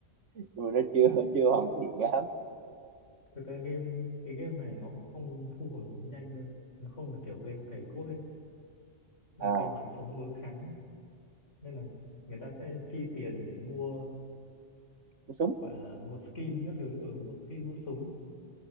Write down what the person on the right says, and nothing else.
nhưng mà nó chưa chưa
hoàn thiện lắm
à
cú súng